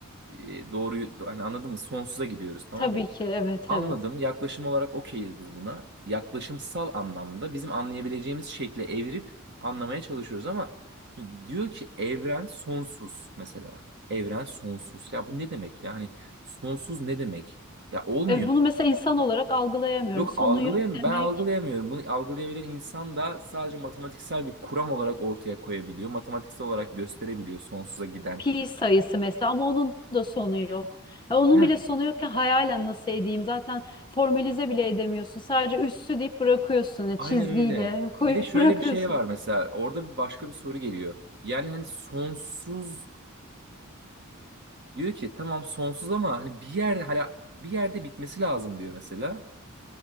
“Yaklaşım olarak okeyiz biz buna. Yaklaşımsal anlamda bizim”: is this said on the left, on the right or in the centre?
Right